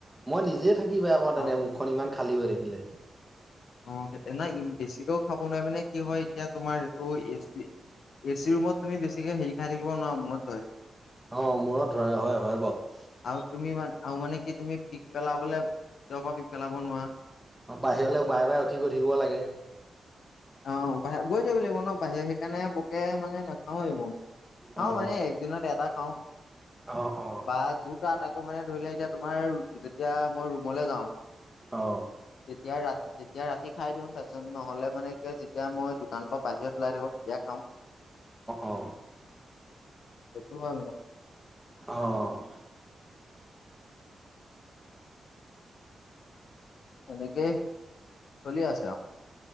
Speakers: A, in the centre; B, on the left.
A: মই নিজে থাকিবা আকৌ তেনে
B: আৰু
A: মুখখন ইমান খালী হৈ থাকিলে।
B: অ' নাই বেছিকেও খাব নোৱাৰি মানে কি হয় এতিয়া তোমাৰ এইটো এ চি ৰুমত তুমি বেছিকে হেৰি খাই থাকিবোৱাৰা মইত হয়।
A: অ মূৰত ধৰে হয় হয় বাৰু।
B: আৰু তুমি মান আৰু মানে কি তুমি পিক পেলাবলে তেওঁ পৰা পিক পেলাব নোৱাৰা।
A: অ' বাহিৰলৈও বাৰে বাৰে উঠি গৈ থাকিব লাগে।
B: অ' বাহিৰত গৈ থাকিব লাগিব ন বাহিৰৰে সেইকাৰণে বোকে মানে নাখাওৱেই মই। খাওঁ
A: অ
B: মানে একদিনত এটা খাওঁ।
A: অ অ
B: বা দুটা আকৌ মানে ধৰি লোৱা এতিয়া তোমাৰ যেতিয়া মই ৰুমলৈ যাওঁ।
A: অ
B: তেতিয়া ৰা তেতিয়া ৰাতি খাই দিওঁ তাৰপিছত নহ'লে মানে তেতিয়া যেতিয়া মই দোকানৰ পৰা বাহিৰত ওলাই থাকো তেতিয়া খাওঁ।
A: অ
B: সেইটো হয়।
A: অ'
B: এনেকেই চলি আছে আৰু